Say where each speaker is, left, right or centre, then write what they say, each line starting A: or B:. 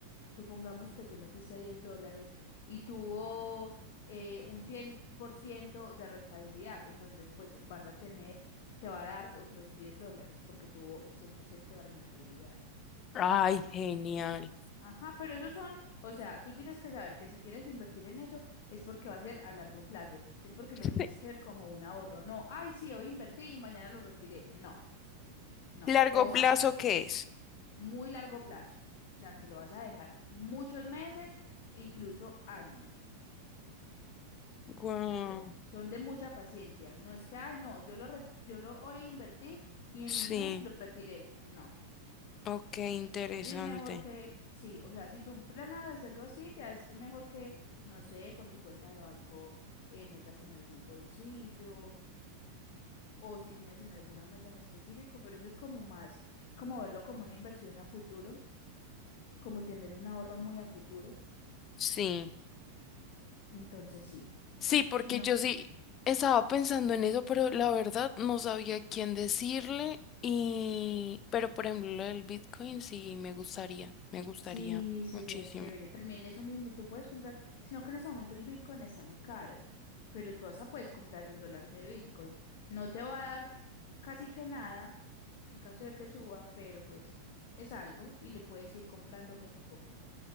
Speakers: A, on the left; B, on the left.
A: Supongamos que tú metiste 10 dólares y tuvo eh, un 100% de rentabilidad. Entonces, pues vas a tener, te va a dar otros 10 dólares porque tuvo el 100% de rentabilidad.
B: Ay,
A: Entonces,
B: genial.
A: eso, ajá, pero esos son, o sea, tú tienes que saber que si quieres invertir en eso es porque va a ser a largo plazo, es porque lo
B: Sí.
A: tienes que ver como un ahorro. No, ay, sí, hoy invertí y mañana lo retiré. No, no,
B: ¿Largo
A: todo
B: plazo
A: mal
B: qué es?
A: muy largo plazo, o sea, que lo vas a dejar muchos meses, incluso años.
B: Wow,
A: Entonces, eh, son de mucha paciencia. No es que, ay, no, yo lo, re- yo lo hoy invertí y
B: sí,
A: en un mes lo retiré. No.
B: ok, interesante.
A: Así es mejor que, sí, o sea, si tú planeas hacerlo así, ya es eh, mejor que, no sé, con tu cuenta de banco eh, metas en algún bolsillo o si tienes en alguna meta en específico, pero eso es como más, <clears throat> como verlo como una inversión a futuro, como tener un ahorro muy a futuro.
B: Sí,
A: Entonces sí,
B: sí, porque
A: si no,
B: yo sí estaba pensando en eso, pero la verdad no sabía quién decirle y, pero por ejemplo, lo del Bitcoin sí me gustaría, me gustaría
A: sí sería
B: muchísimo.
A: chévere. También eso mismo, tú puedes comprar, sino que en ese momento el Bitcoin está muy caro, pero tú hasta puedes comprar un dólar de Bitcoin. No te va a dar casi que nada en caso de que suba, pero pues es algo y le puedes ir comprando poco a poco.